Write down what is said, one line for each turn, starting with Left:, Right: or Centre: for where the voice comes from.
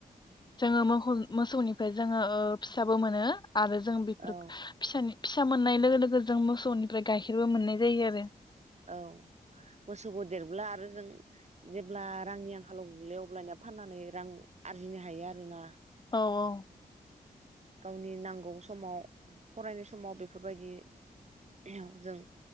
Left: जोङो मोखौ मोसौनिफ्राय जोङो ओ फिसाबो मोनो। आरो जों बेफोर
Right: औ
Left: फिसानि फिसा मोननाय लोगो लोगो जों मोसौनिफ्राय गाइखेरबो मोननाय जायो आरो।
Right: औ मोसौखौ देरब्ला आरो जों जेब्ला रांनि आंखालाव गोग्लैयो अब्लानिया फाननानै रां आरजिनो हायो आरोना।
Left: औ औ।
Right: गावनि नांगौ समाव फरायनाय समाव बेफोरबायदियाव जों